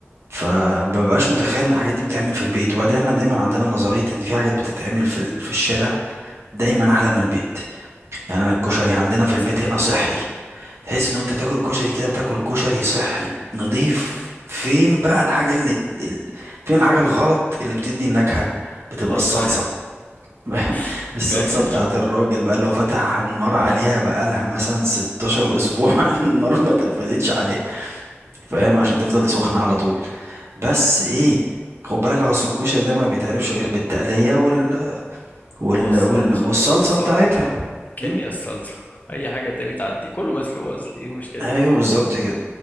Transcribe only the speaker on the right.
فمببقاش متخيل ان الحاجات دي بتتعمل في البيت وبعدين احنا دايما عندنا نظرية ان في حاجات بتتعمل في ال- في الشارع دايما احلى من البيت يعني انا الكشري
عندنا
في
البيت هنا صحي
تحس ان انت بتاكل الكشري كده بتاكل كشري صحي نظيف فين بقى الحاجة اللي ال- فين الحاجة الغلط اللي بتدي النكهة بتبقى
الصلصة <laughs>
الصلصة
بتاعت الراجل بقى اللي هو فتح النار عليها بقالها مثلا 16 أسبوع <laughs> النار ما اتقفلتش عليها فاهم عشان تفضل سخنة على طول بس ايه خد بالك هو أصل الكشري ده ما بيتعرفش غير بالتقلية وال... وال...
وال... والصلصة
بتاعتها
مم؟
ايوه بالظبط كده